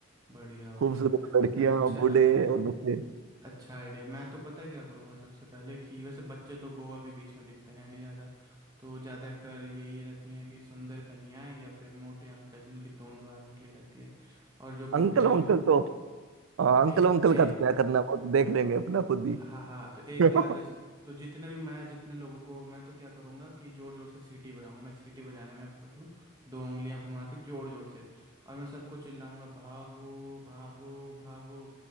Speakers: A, on the right; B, on the right.
A: बढ़िया बढ़िया
B: खूबसूरत
A: अच्छा
B: लड़कियां बूढ़े
A: अच्छा
B: और बच्चे
A: अच्छा आइडिया मैं तो पता है क्या करूँगा सबसे पहले कि वैसे बच्चे तो गोवा के बीच में दिखते हैं नहीं ज़्यादा तो ज़्यादातर यही रहती हैं कि सुंदर कन्याएं या फिर मोटे अंकल जिनकी तोंद बाहर निकली रहती है और जो
B: अंकल
A: बुढ़े
B: वंकल
A: लोग
B: तो हाँ, अंकल
A: ए,
B: वंकल
A: ए,
B: का तो क्या करना है, वो तो देख लेंगे अपना खुद ही
A: हाँ हाँ तो एक कार
B: <laughs>
A: जैसे तो जितने भी मैं जितने लोगों को मैं तो क्या करूँगा कि जोर जोर से सीटी बजाऊंगा मैं सीटी बजाने में एक्सपर्ट हूँ दो उंगलियां घुमा के जोर जोर से और मैं सबको चिल्लाऊंगा भागो भागो भागो